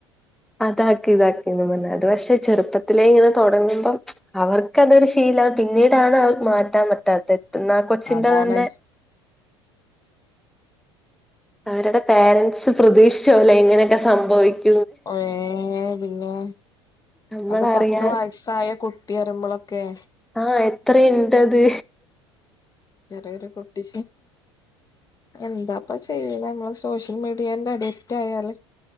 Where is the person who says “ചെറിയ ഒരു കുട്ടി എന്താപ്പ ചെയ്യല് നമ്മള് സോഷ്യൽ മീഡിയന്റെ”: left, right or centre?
Left